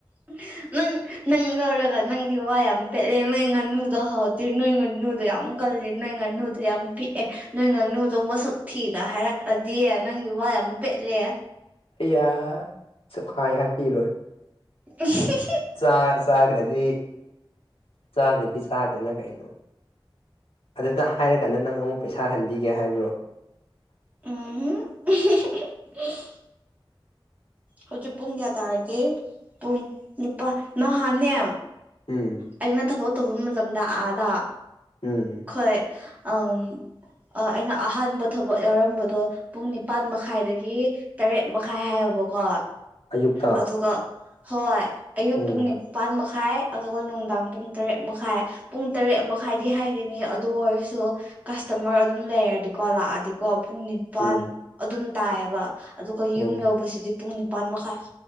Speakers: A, on the right; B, on the left.
A: <unintelligible> ꯅꯪ ꯅꯪ ꯂꯧꯔꯒ ꯅꯪꯗꯤ ꯋꯥ ꯌꯥꯝ ꯄꯦꯠꯂꯦ ꯅꯣꯏ ꯉꯥꯅꯨꯗꯣ ꯍꯥꯎꯇ꯭ꯔꯦ ꯅꯣꯏ ꯉꯥꯅꯨꯗꯣ ꯌꯥꯝ ꯀꯜꯂꯤ ꯅꯣꯏ ꯉꯥꯅꯨꯗꯣ ꯌꯥꯝ ꯄꯤꯛꯑꯦ ꯅꯣꯏ ꯉꯥꯅꯨꯗꯣ ꯃꯁꯛ ꯊꯤꯒ ꯍꯥꯏꯔꯛ ꯑꯗꯤ ꯅꯪꯒꯤ ꯋꯥ ꯌꯥꯝ ꯄꯦꯠꯂꯦ
B: ꯑꯌꯥ ꯁꯨꯡꯍꯥꯏ ꯍꯥꯕꯤꯔꯣꯏ
A: <unintelligible>
B: ꯆꯥ ꯆꯥꯈ꯭ꯔꯗꯤ ꯆꯥꯈ꯭ꯔꯗꯤ ꯆꯥꯈ꯭ꯔꯦꯅ ꯀꯩꯅꯣ ꯑꯗꯨꯗ ꯍꯥꯏꯔꯀꯥꯟꯗ ꯅꯪ ꯑꯃꯨꯛ ꯄꯩꯁꯥ ꯍꯟꯕꯤꯒꯦ ꯍꯥꯏꯕ꯭ꯔꯣ
A: ꯎꯝ <unintelligible> ꯍꯧꯖꯤꯛ ꯄꯨꯡ ꯀꯌꯥ ꯇꯥꯔꯒꯦ ꯄꯨꯡ ꯅꯤꯄꯥꯟ ꯅꯍꯥꯟꯅꯦ
B: ꯎꯝ
A: ꯑꯩꯅ ꯊꯕꯛ ꯇꯧꯕ ꯃꯇꯝꯗ ꯑꯥꯗ
B: ꯎꯝ
A: ꯈꯣꯏ ꯑꯥꯝ ꯑꯥ ꯑꯩꯅ ꯑꯍꯥꯟꯕ ꯊꯕꯛ ꯌꯥꯎꯔꯝꯕꯗꯣ ꯄꯨꯡ ꯅꯤꯄꯥꯥꯟ ꯃꯈꯥꯏꯗꯒꯤ ꯇꯔꯦꯠ ꯃꯈꯥꯏ ꯍꯥꯏꯌꯣꯕꯀꯣ
B: ꯑꯌꯨꯛꯇ
A: ꯑꯗꯨꯒ ꯍꯣꯏ ꯑꯌꯨꯛ
B: ꯎꯝ
A: ꯄꯨꯡ ꯅꯤꯄꯜ ꯃꯈꯥꯏ ꯑꯗꯨꯒ ꯅꯨꯡꯗꯥꯡ ꯄꯨꯡ ꯇꯔꯦꯠ ꯃꯈꯥꯏ ꯄꯨꯡ ꯇꯔꯦꯠ ꯃꯈꯥꯏꯗꯤ ꯍꯥꯏꯒꯅꯤ ꯑꯗꯨ ꯑꯣꯏꯔꯁꯨ ꯀꯁꯇꯃꯔ ꯑꯗꯨꯝ ꯂꯩꯔꯗꯤꯀꯣ ꯂꯥꯛꯑꯗꯤꯀꯣ ꯄꯨꯡ ꯅꯤ ꯄꯥꯟ
B: ꯎꯝ
A: ꯑꯗꯨꯝ ꯇꯥꯏꯑꯦꯕ ꯑꯗꯨꯒ
B: ꯎꯝ
A: ꯌꯨꯝ ꯌꯧꯕꯁꯤꯗꯤ ꯄꯨꯡ ꯅꯤꯄꯥꯟ ꯃꯈꯥꯏ